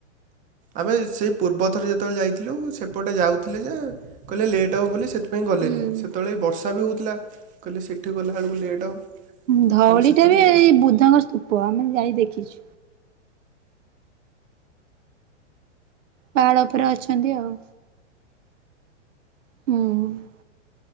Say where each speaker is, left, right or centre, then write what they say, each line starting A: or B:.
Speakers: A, on the right (about 20°); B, on the right (about 80°).
A: ଆମେ ସେଇ ପୂର୍ବ ଥର ଯେତେବେଳେ ଯାଇଥିଲୁ ସେପଟେ ଯାଉଥିଲେ ଯେ କହିଲେ ଲେଟ୍ ହବ ବୋଲି ସେଥି ପାଇଁ ଗଲେନି।
B: ହୁଁ
A: ସେତେବେଳେ ବି ବର୍ଷା ବି ହେଉଥିଲା କହିଲେ ସେଠି ଗଲାବେଳକୁ ଲେଟ୍ ହେବ।
B: ଧଉଳି
A: ପୁଣି ସେଥିପାଇଁ
B: ଟା ବି ଏଇ
A: ଗଲେ
B: ବୃଦ୍ଧଙ୍କ ସ୍ତୂପ। ଆମେ ଯାଇ ଦେଖିଚୁ। ପାହାଡ ଉପରେ ଅଛନ୍ତି ଆଉ। ହୁଁ।